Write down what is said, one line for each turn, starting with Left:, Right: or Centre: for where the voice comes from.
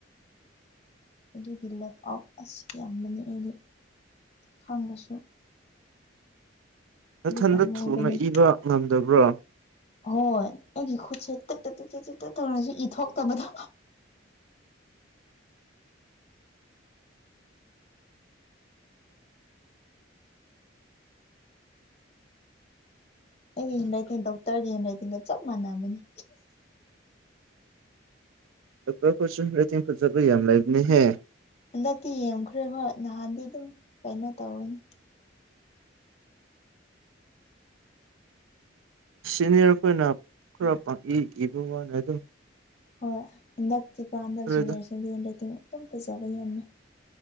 Left: ꯑꯗꯨꯒꯤ ꯂꯦꯞ ꯑꯥꯎꯞ ꯑꯁꯤ ꯌꯥꯝꯕꯅꯤ ꯑꯩꯗꯤ ꯈꯡꯕꯁꯨ
Right: ꯅꯊꯟꯗ
Left: ꯄꯥꯝꯃꯨꯕꯅꯦ
Right: ꯊꯨꯅ ꯏꯕ ꯉꯝꯗꯕ꯭ꯔꯣ
Left: ꯍꯣꯏ ꯑꯩꯒꯤ ꯈꯨꯠꯁꯦ ꯇꯤ ꯇꯛ ꯇꯛ ꯇꯤꯛꯇꯛ ꯇꯧꯔꯁꯨ ꯏꯊꯣꯛꯇꯕꯗꯣ ꯑꯩꯒꯤ ꯍꯦꯟꯔꯥꯏꯇꯤꯡ ꯗꯣꯛꯇꯔꯒꯤ ꯍꯦꯟ ꯔꯥꯏꯇꯤꯡꯒ ꯆꯞ ꯃꯥꯟꯅꯕꯅꯤ
Right: ꯗꯣꯛꯔ ꯈꯣꯏꯁꯨ ꯍꯦꯟꯔꯥꯏꯇꯤꯡ ꯐꯖꯕ ꯌꯥꯝ ꯂꯩꯕꯥꯅꯤ ꯍꯦ
Left: ꯍꯟꯗꯛꯇꯤ ꯌꯦꯡꯈ꯭ꯔꯦ ꯍꯣꯏ ꯅꯍꯥꯟꯗꯤ ꯑꯗꯨꯝ ꯀꯩꯅꯣ ꯇꯧꯋꯅꯦ
Right: ꯁꯤꯅꯤꯌꯔꯈꯣꯏꯅ ꯈꯔ ꯄꯪꯏ ꯏꯕ ꯋꯥꯅ ꯑꯗꯨꯝ
Left: ꯍꯣꯏ ꯍꯟꯗꯛꯇꯤꯀꯣ ꯍꯟꯗꯛ
Right: ꯈꯪꯗ꯭ꯔꯦꯗ
Left: ꯖꯨꯅꯤꯌꯔꯁꯤꯡꯗꯤ ꯍꯦꯟ ꯔꯥꯏꯇꯤꯡ ꯑꯗꯨꯝ ꯐꯖꯕ ꯌꯥꯝꯃꯦ